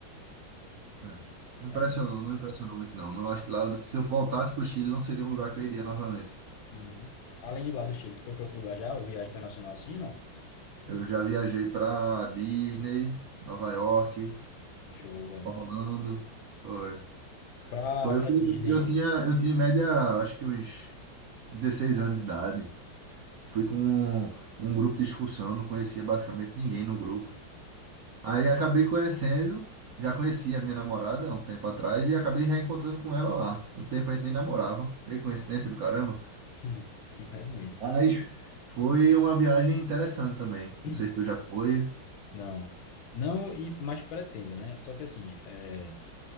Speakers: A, on the right; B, on the left.
A: é. Não impressionou,
B: É.
A: não impressionou muito não. Não acho que lá, se eu voltasse pro Chile, não seria um lugar que eu iria novamente.
B: Uhum. Além de lá do Chile, tu foi pra outro lugar já? Ou viagem internacional assim, não?
A: Eu já viajei para Disney, Nova York,
B: Show, velho.
A: Orlando. Foi.
B: Pra,
A: Foi, eu,
B: pra
A: fui-
B: Disney.
A: eu tinha, eu tinha em média, acho que uns 16 anos de idade. Fui com um grupo de excursão, não conhecia basicamente ninguém no grupo. Aí acabei conhecendo, já conhecia a minha namorada há um tempo atrás e acabei reencontrando com ela lá. No tempo a gente nem namorava, meio coincidência do caramba.
B: Hum, <laughs> Realmente.
A: Mas foi uma viagem interessante também. Não
B: Hum,
A: sei se tu já foi.
B: Não. Não, e mas pretendo, né? Só que assim, é,